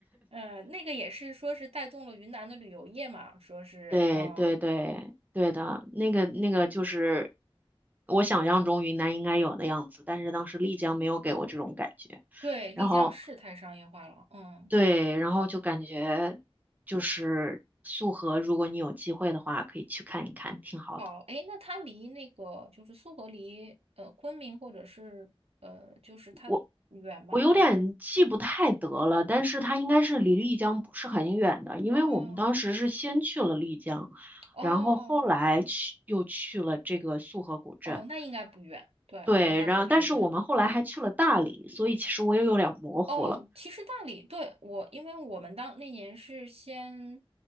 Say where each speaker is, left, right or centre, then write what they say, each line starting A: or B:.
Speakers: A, on the right; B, on the right.
A: 嗯，那个也是说是带动了云南的旅游业嘛，说是嗯，
B: 对对对对的，那个那个就是我想象中云南应该有的样子，但是当时丽江没有给我这种感觉，
A: 对，丽江市太商业化了。
B: 然后
A: 嗯，
B: 对，然后就感觉就是素河，如果你有机会的话，可以去看一看，挺好的。
A: 好，诶，那它离那个就是苏河离呃昆明或者是呃就是它远吗？
B: 我。我有点记不太得了，
A: 还是
B: 但是它应该是离丽江不是很远的，因为我们当时是先去了丽江，
A: 哦哦
B: 然后后来去又去了这个束河古镇，
A: 哦，那应该不远，对，
B: 对，
A: 那应该不太远。
B: 然后但是我们后来还去了大理，
A: 嗯。
B: 所以其实我也有点模糊了。
A: 哦，其实大理对我，因为我们当那年是先